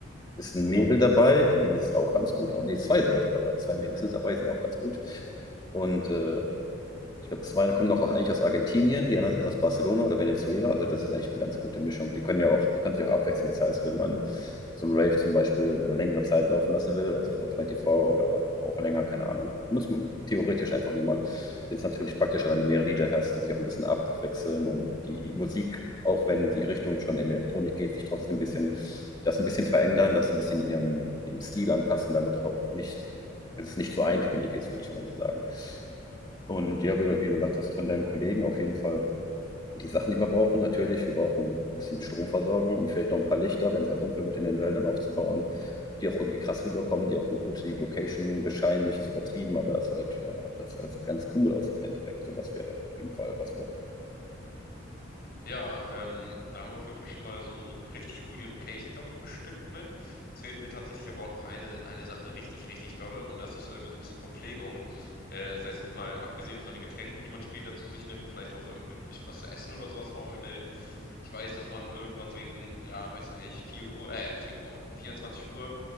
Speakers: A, on the left; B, on the left.
A: Ist ein Mädel dabei, die ist auch ganz gut. Auch, nee, zwei sogar sind dabei. Zwei Mädels sind dabei, sind auch ganz gut. Und äh, ich glaube, zwei da kommen noch auch eigentlich aus Argentinien, die anderen sind aus Barcelona oder Venezuela. Also das ist eigentlich eine ganz gute Mischung. Die können ja auch, die können sich auch abwechseln. Das heißt, wenn man so einen Rave zum Beispiel über längere Zeit laufen lassen will, also so 24 oder auch länger, keine Ahnung, muss man theoretisch einfach nur mal. Ist natürlich praktischer, wenn du mehrere Lieder hast, die sich auch ein bisschen abwechseln und die Musik, auch wenn die Richtung schon in Elektronik geht, sich trotzdem ein bisschen, das ein bisschen verändern, das ein bisschen ihrem, ihrem Stil anpassen, damit du auch nicht, dass es nicht so eintönig ist, würde ich mal so sagen. Und ja, wie, wie du gesagt hast, von deinem Kollegen auf jeden Fall die Sachen, die wir brauchen. Natürlich, wir brauchen ein bisschen Stromversorgung und vielleicht noch ein paar Lichter, wenn es halt dunkel wird in den Wäldern aufzubauen, die auch irgendwie krass rüberkommen, die auch eine gute Location bescheinen, nichts übertrieben, aber es halt, ja, das ganz, ganz cool aussieht im Endeffekt. Sowas wäre auf jeden Fall, was wir brauchen.
B: Ja, ähm, da haben wir auf jeden Fall schon mal so richtig cool die Location, glaube ich, bestückt mit. Jetzt fehlt mir tatsächlich aber auch noch eine, eine Sache richtig, richtig dolle und das ist irgendwie so ein bisschen Verpflegung. Äh, sei es jetzt mal abgesehen von den Getränken, die man später zu sich nimmt, vielleicht auch irgendwie ein bisschen was zu essen oder sowas aufstellt. Ich weiß, dass man irgendwann so gegen, ja, weiß ich nicht, 4 Uhr, äh, 4 Uhr, 24 Uhr